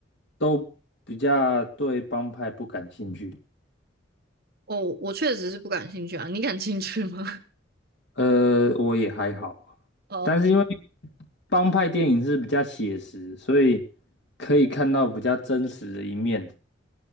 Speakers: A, on the left; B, on the right.
A: 都比较对帮派不感兴趣？
B: 哦，我确实是不感兴趣啊，你感兴趣吗？
A: 呃，我也还好，
B: <laughs> 哦。
A: 但是因为帮派电影是比较写实，所以可以看到比较真实的一面。